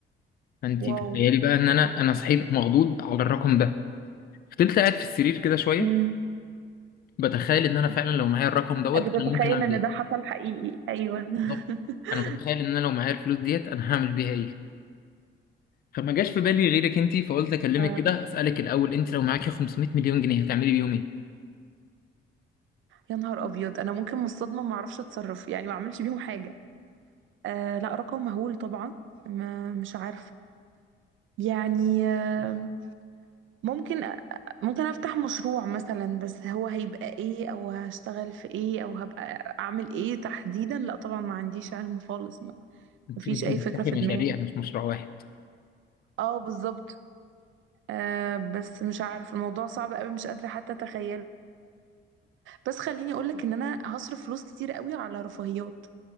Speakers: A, on the left; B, on the right.
A: فانت
B: واو
A: تخيلي بقى ان انا انا صحيت مخضوض على الرقم ده فضلت قاعد في السرير كده شوية
B: مم.
A: بتخيل ان انا فعلا لو معايا الرقم دوت
B: بتتخيل
A: انا ممكن اعمل
B: ان
A: ايه
B: ده حصل حقيقي ايوه
A: بالظبط
B: <laughs>
A: انا متخيل ان انا لو معايا الفلوس ديت انا هعمل بيها ايه فما جاش في بالي غيرك انت فقلت اكلمك
B: آه.
A: كده اسالك الاول انت لو معاكي 500 مليون جنيه هتعملي بيهم ايه
B: يا نهار ابيض انا ممكن من الصدمه ما اعرفش اتصرف يعني ما اعملش بيهم حاجه آه لا رقم مهول طبعا ما مش عارفه يعني آه ممكن أ- ممكن افتح مشروع مثلا بس هو هيبقى ايه او هشتغل في ايه او هبقى اعمل ايه تحديدا لا طبعا ما عنديش علم خالص ما
A: انت
B: مفيش
A: ممكن
B: اي فكرة
A: تفتحي
B: في دماغي
A: مشاريع مش مشروع واحد
B: اه بالظبط آه بس مش عارف الموضوع صعب قوي مش قادرة حتى اتخيله بس خليني اقولك ان انا هصرف فلوس كتير قوي على رفاهيات